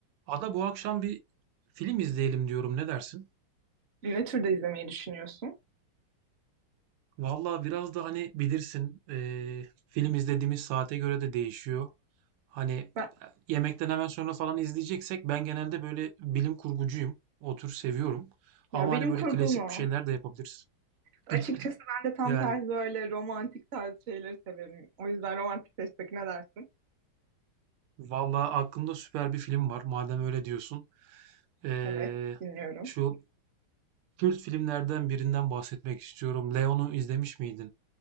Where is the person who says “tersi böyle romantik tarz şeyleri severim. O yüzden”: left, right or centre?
Right